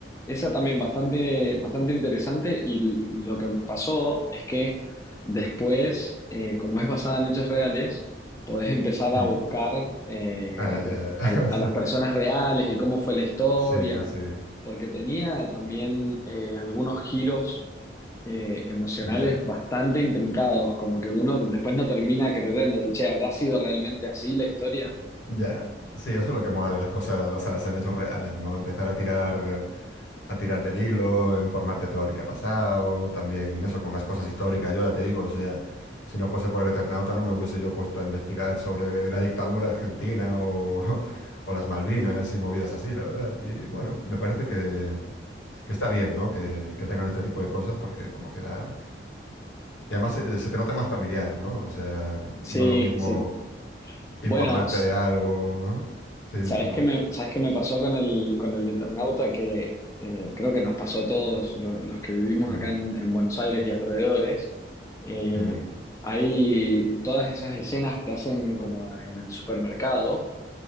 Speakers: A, on the left; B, on the left.
A: esa también bastante, bastante interesante y l- lo que me pasó es que después, eh, como es basada en hechos reales, podés empezar
B: Ujú.
A: a buscar eh,
B: Ah, ya. <laughs>
A: a, a las personas reales y cómo fue la historia,
B: Sí, sí.
A: porque tenía también eh, algunos giros eh, emocionales
B: Ya.
A: bastante intrincados, como que uno después no termina creyendo, che, ¿habrá sido realmente así la historia?
B: Ya, sí, eso es lo que mola de las cosas basadas en hechos reales, ¿no? Empezar a tirar, a tirar del hilo, informarte tú a ver qué ha pasado, también eso con las cosas históricas, yo ya te digo, o sea, si no fuese por el Eternauta no me hubiese yo puesto a investigar sobre la dictadura argentina o, <laughs> o las Malvinas y movidas así, la verdad. Y bueno, me parece que, que está bien, ¿no? Que, que tengan este tipo de cosas porque como que da... Y además se, se te nota más familiar, ¿no? O sea,
A: Sí,
B: no es lo mismo
A: se-
B: informarte
A: bueno.
B: de algo, ¿no? Sí,
A: ¿Sabes
B: dime, perdón.
A: qué me, sabes qué me pasó con el, con el Eternauta? Que eh, creo que nos pasó a todos lo- los, que vivimos
B: Mm,
A: acá en, en Buenos Aires y alrededores. Eh,
B: mm,
A: hay todas esas escenas que hacen como en el supermercado,